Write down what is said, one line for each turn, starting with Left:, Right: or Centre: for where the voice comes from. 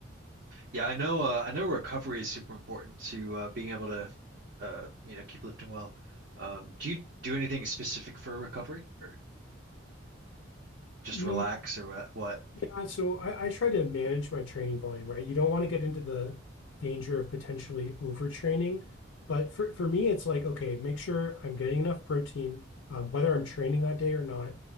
Right: Yeah, I know uh, I know recovery is super important to uh being able to uh you know keep lifting well. Um do you do anything specific for recovery or just
Left: Mm,
Right: relax or what what?
Left: yeah, so I, I try to manage my training volume, right? You don't want to get into the danger of potentially overtraining. But for, for me, it's like, okay, make sure I'm getting enough protein, um, whether I'm training that day or not.